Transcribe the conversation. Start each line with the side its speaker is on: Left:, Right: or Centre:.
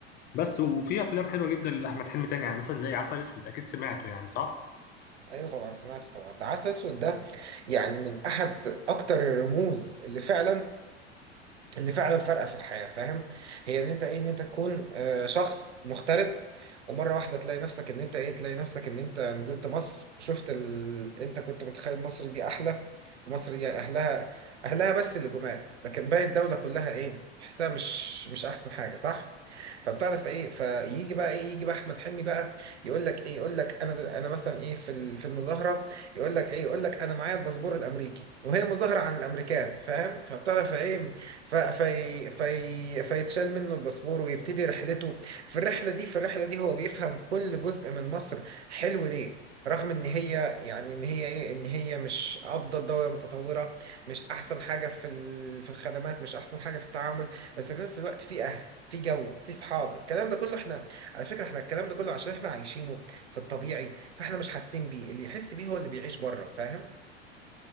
Left: بس وفي افلام حلوه جدا لاحمد حلمي تاني يعني مثلا زي عسل اسود اكيد سمعته يعني صح
Right: ايوه طبعا سمعته طبعا ده عسل اسود ده يعني من احد اكتر الرموز اللي فعلا اللي فعلا فارقه في الحياه فاهم هي ان انت ايه ان انت تكون آه، شخص مغترب ومره واحده تلاقي نفسك ان انت ايه تلاقي نفسك ان انت نزلت مصر وشفت ال... انت كنت متخيل مصر دي احلى ومصر دي اهلها اهلها بس اللي جمال لكن باقي الدوله كلها ايه تحسها مش مش احسن حاجه صح فبتعرف ايه فيجي بقى ايه يجي بقى احمد حلمي بقى يقول لك ايه يقول لك انا انا مثلا ايه في ال- في المظاهره يقول لك ايه يقول لك انا معايا الباسبور الامريكي وهي مظاهره عن الامريكان فاهم فبتعرف ايه ف- في في فيتشال منه الباسبور ويبتدي رحلته في الرحلة دي في الرحلة دي هو بيفهم كل جزء من مصر حلو ليه رغم ان هي يعني ان هي ايه ان هي مش افضل دولة متطورة مش احسن حاجة في ال- في الخدمات مش احسن حاجة في التعامل بس في نفس الوقت في اهل في جو في صحاب الكلام ده كله احنا على فكرة احنا الكلام ده كله عشان احنا عايشينه في الطبيعي فاحنا مش حاسين بيه اللي يحس بيه هو اللي بيعيش بره فاهم